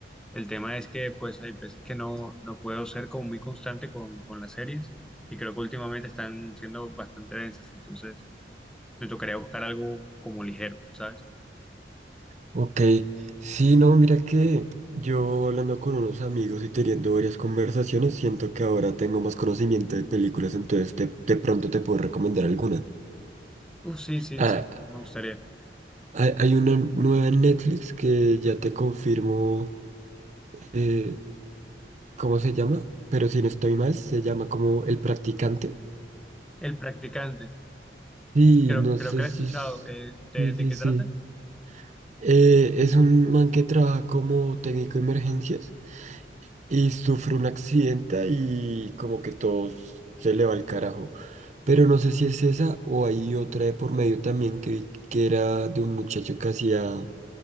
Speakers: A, in the centre; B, on the right.
A: El tema es que pues hay veces que no, no puedo ser como muy constante con, con las series y creo que últimamente están siendo bastante densas, entonces me tocaría buscar algo como ligero, ¿sabes?
B: ok. Sí, no, mira que yo hablando con unos amigos y teniendo varias conversaciones, siento que ahora tengo más conocimiento de películas, entonces te- de pronto te puedo recomendar alguna.
A: Uf, sí, sí,
B: Ah,
A: sí, me gustaría.
B: hay, hay una nueva en Netflix que ya te confirmo. eh, ¿cómo se llama? Pero si no estoy mal, se llama como El Practicante.
A: El practicante,
B: Y
A: sí, creo,
B: no
A: creo
B: sé
A: que la
B: si...
A: he escuchado.
B: es-
A: Eh, ¿de,
B: Sí,
A: de
B: sí,
A: qué
B: sí.
A: trata?
B: Eh, es un man que trabaja como técnico de emergencias y sufre un accidente y como que todo s- se le va al carajo. Pero no sé si es esa o hay otra de por medio también que, vi que era de un muchacho que hacía